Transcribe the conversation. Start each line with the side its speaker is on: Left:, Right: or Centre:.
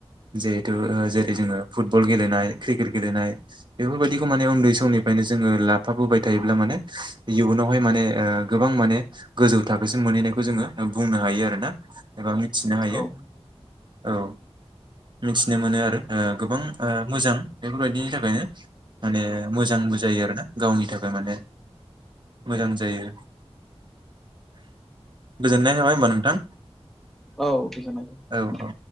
Right: जे जेरै
Centre: औ
Right: जोङो फुटबल गेलेनाय क्रिकेट गेलेनाय बेफोरबायदिखौ माने उन्दै समनिफ्रायनो जोङो लाफाबोबाय थायोब्ला माने इयुनावहाय माने गोबां माने गोजौ थाखोसिम मोनहैनायखौ जोङो बुंनो हायो आरो ना एबा मिथिनो हायो
Centre: औ
Right: औ मिथिनो मोनो आरो गोबां मोजां बेफोर बायदिनि थाख खायनो माने मोजांबो जायो आरो ना गावनि थाखाय माने मोजां जायो गोजोनाय थाबाय होमबा नोंथां
Centre: औ गोजोनाय थाबाय
Right: औ औ